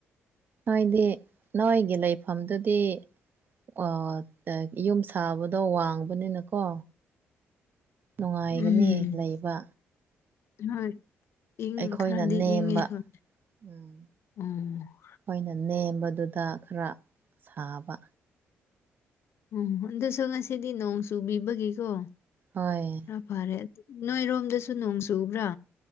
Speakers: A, on the right; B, on the left.
A: ꯅꯣꯏꯗꯤ ꯅꯣꯏꯒꯤ ꯂꯩꯐꯝꯗꯨꯗꯤ <unintelligible> ꯌꯨꯝ ꯁꯥꯕꯗꯣ ꯋꯥꯡꯕꯅꯤꯅꯀꯣ ꯅꯨꯡꯉꯥꯏꯒꯅꯤ
B: ꯎꯝ
A: ꯂꯩꯕ
B: ꯍꯣꯏ ꯏꯪ
A: ꯑꯩꯈꯣꯏꯅ
B: ꯈꯔꯗꯤ
A: ꯅꯦꯝꯕ
B: ꯏꯪꯉꯦ ꯍꯣꯏ
A: ꯎꯝ
B: <unintelligible>
A: ꯑꯩꯈꯣꯏꯅ ꯅꯦꯝꯕꯗꯨꯗ ꯈꯔ ꯁꯥꯕ
B: <unintelligible> ꯑꯗꯨꯁꯨ ꯉꯁꯤꯗꯤ ꯅꯣꯡ ꯆꯨꯕꯤꯕꯒꯤꯀꯣ
A: ꯍꯣꯏ
B: ꯈꯔ ꯐꯔꯦ ꯅꯣꯏꯔꯣꯝꯗꯁꯨ ꯅꯣꯡ ꯆꯨꯕ꯭ꯔꯥ